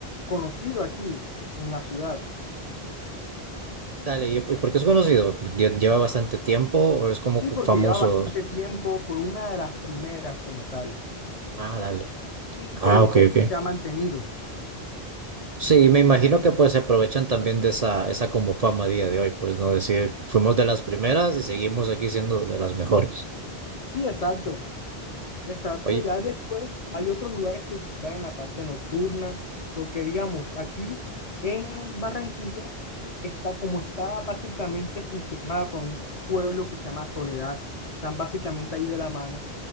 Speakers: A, on the left (about 40°); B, on the right (about 45°).
A: conocido aquí en la ciudad.
B: Dale, ¿y, y por qué es conocido? ¿Lle- ¿Lleva bastante tiempo o es como
A: Sí,
B: cu-
A: porque
B: famoso?
A: lleva bastante tiempo, fue una de las primeras como tal.
B: Ah, dale.
A: Y con
B: Ah,
A: el
B: ok,
A: tiempo
B: ok.
A: se ha mantenido.
B: Sí, me imagino que pues se aprovechan también de esa, esa como fama a día de hoy, pues, ¿no? Decir, fuimos de las primeras y seguimos aquí siendo de las mejores.
A: Sí, exacto. Exacto,
B: Oye.
A: ya después hay otros lugares que visitar en la parte nocturna, porque digamos, aquí en Barranquilla está como está básicamente fusionada con un pueblo que se llama Soledad, están básicamente ahí de la mano,